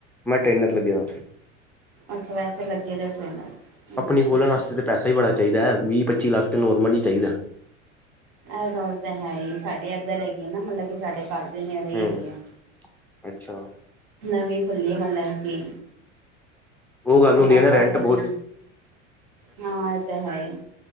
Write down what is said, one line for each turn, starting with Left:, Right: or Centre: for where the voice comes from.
Centre: ਮੈਂ ਟਰੇਨਰ ਲੱਗਿਆ ਓਥੇ।
Right: ਅੱਛਾ ਵੈਸੇ ਲੱਗੇ ਦੇ ਟਰੇਨਰ ਅੱਛਾ-ਅੱਛਾ।
Centre: ਆਪਣੀ ਖੋਲਣ ਵਾਸਤੇ ਤਾਂ ਪੈਸਾ ਹੀ ਬੜਾ ਚਾਹੀਦਾ, ਵੀਹ-ਪੱਚੀ ਲੱਖ ਤਾਂ ਨੋਰਮਲ ਹੀ ਚਾਹੀਦਾ।
Right: ਇਹ ਗੱਲ ਤਾਂ ਹੈ ਹੀ ਸਾਡੇ ਇੱਧਰ ਹੈਗੀ, ਆ ਨਾ ਮਤਲਬ ਕਿ ਸਾਡੇ ਘਰ। ਦੇ ਨੇੜੇ ਹੀ
Centre: ਹੂੰ
Right: ਹੈਗੇ ਆ
Centre: ਅੱਛਾ
Right: ਨਵੀਂ ਖੁੱਲੀ ਮਤਲਬ ਕਿ।
Centre: ਉਹ ਗੱਲ ਹੁੰਦੀ
Right: ਅਪਾ
Centre: ਹੈ ਨਾ ਰੈਂਟ
Right: ਤਾ ਕਦੀ
Centre: ਬਹੁਤ
Right: ਹਾਂ ਇਹ ਤਾਂ ਹੈ।